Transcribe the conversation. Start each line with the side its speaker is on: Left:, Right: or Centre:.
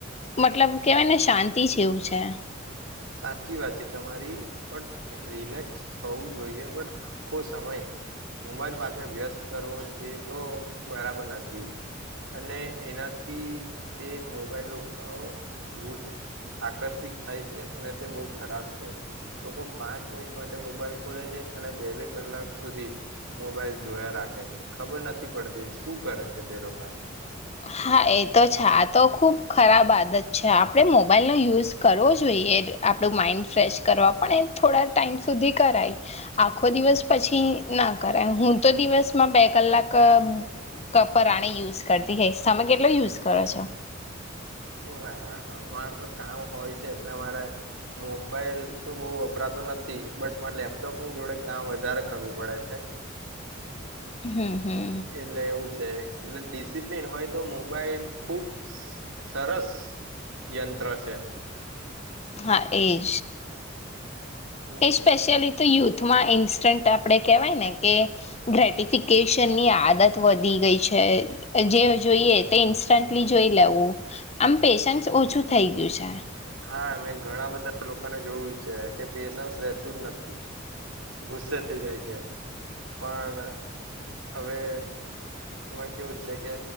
Left: મતલબ કેવાયને શાંતિ જેવું છે.
Right: સાચી વાત છે તમારી, પણ રિલેક્સ થવું જોઈએ. પણ આખો સમય મોબાઈલ પાછા વ્યસ્ત કરવો, તે તો બરાબર નથી. અને એનાથી તે મોબાઈલો યુથ આકર્ષિત થાય છે. અને તે બહુ ખરાબ છે. લોકો પાંચ મિનિટ માટે મોબાઈલ ખોલે છે, અને બે બે કલાક સુધી મોબાઈલ જોયા રાખે છે. ખબર નથી પડતી, શું કરે છે તે લોકો.
Left: હા એ તો છે આ તો ખૂબ ખરાબ આદત છે. આપણે મોબાઈલનો યુઝ કરવો જોઈએ, આપણું માઈન્ડ ફ્રેશ કરવા. પણ એ થોડા ટાઈમ સુધી કરાય, આખો દિવસ પછી ના કરાય. હું તો દિવસમાં બે કલાક કપરાાણી યુઝ કરતી. એજ તમે કેટલો યુઝ કરો છો
Right: ના મારે તો કામ હોય છે એટલે મારે મોબાઈલ તો બો વપરાતો નથી બટ મારે લેપટોપ ની જોડે કામ વધારે કરવું પડે છે
Left: હમ હમ
Right: એટલે એવું છે એટલે ડિસિપ્લિન હોય તો મોબાઈલ ખુબ સરસ યંત્ર છે
Left: હા એજ
Right: હમ
Left: એ સ્પેશિયલી તો યુથમાં ઇન્સ્ટન્ટ આ આપણે કહેવાય ને કે ગ્રેટિફિકેશનની આદત વધી ગઈ છે જે જોઈએ તે ઇન્સ્ટન્ટલી જોઈ લેવું આમ પેશન્સ ઓછું થઈ ગયું છે
Right: હા મેં ઘણા બધા લોકોને જોયું છે કે પેશન્સ રહેેતું જ નથી ગુસ્સે થઈ જાય છે પણ હવે એમાં કેવું છે કે